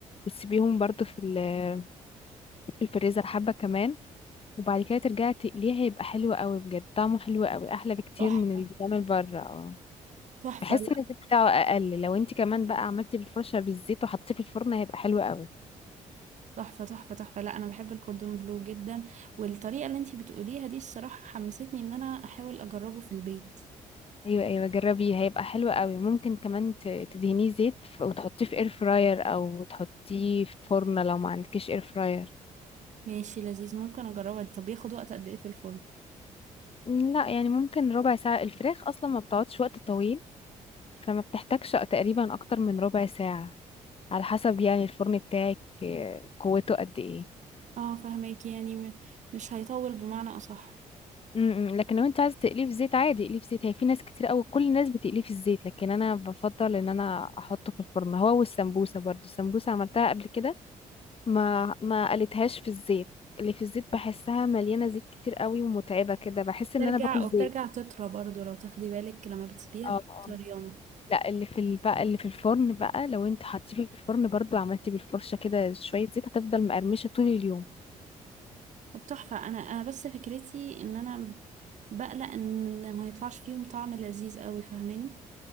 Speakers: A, on the left; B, on the right.
A: وتسيبيهم برضو في ال- في الفريزر حبة كمان وبعد كده ترجعي تقليه هيبقى حلو قوي بجد طعمه حلو قوي احلى بكتير
B: تحفة
A: من اللي بيتعمل بره اه
B: تحفة
A: بحس
B: لا
A: ان الزيت بتاعه اقل لو انت كمان بقى عملتي بالفرشة بالزيت وحطيتيه في الفرن هيبقى حلو قوي
B: تحفة تحفة تحفة لا انا بحب الكوردون بلو جدا والطريقة اللي انتي بتقوليها دي الصراحة حمستني ان انا احاول اجربه في البيت
A: ايوه ايوه جربيه هيبقى حلو قوي ممكن كمان ت- تدهنيه زيت ف- وتحطيه في اير فراير او تحطيه في فرن لو ما عندكش اير فراير
B: ماشي لذيذ ممكن اجربها دي طب بياخد وقت قد ايه في الفرن
A: لا يعني ممكن ربع ساعة الفراخ اصلا ما بتقعدش وقت طويل فما بتحتاجش تقريبا اكتر من ربع ساعة على حسب يعني الفرن بتاعك آه، قوته قد ايه
B: اه فهماكي يعني م- مش هيطول بمعنى اصح
A: م- م. لكن لو انت عايز تقليه في زيت عادي اقليه في زيت هي في ناس كتير قوي كل الناس بتقليه في الزيت لكن انا بفضل ان انا احطه في الفرن هو والسمبوسة برضو السمبوسة عملتها قبل كده ما ما قلتهاش في الزيت اللي في الزيت بحسها مليانة زيت كتير قوي ومتعبة كده بحس
B: بترجع
A: ان انا باكل
B: وبترجع
A: زيت
B: تطرى برضو لو تاخدي بالك لما بتسيبيها
A: اه
B: بتبقى
A: آه.
B: طريانه
A: لا اللي في ال- بقى اللي في الفرن بقى لو انت حطيه في الفرن برضو عملتي بالفرشة كده شوية زيت هتفضل مقرمشة طول اليوم
B: طب تحفه انا انا بس فكرتي ان انا بقلق ان ما يطلعش فيهم طعم لذيذ قوي فاهماني